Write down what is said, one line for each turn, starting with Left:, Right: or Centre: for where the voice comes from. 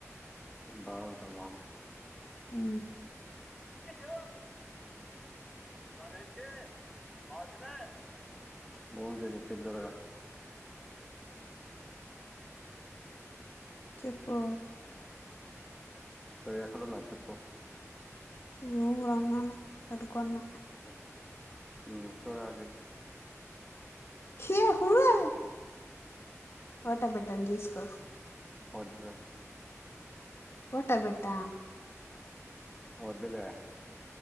Centre: బాగుంటావ
Left: ఉ
Centre: హలో బాగైతే బాందిలే బావుంటే నువ్వు తీందరారా
Left: చెప్పు
Centre: సరె ఎక్కడున్నా చెప్పు
Left: రూంలోనె ఉన్న కడుకోన్న
Centre: అ ఉం ఒకసారి రా బైకి
Left: హే హువే ఫోటో బెట్టాన్ చూసుకో
Centre: వజ్జా
Left: ఫొటొ పెట్ట
Centre: వద్దులే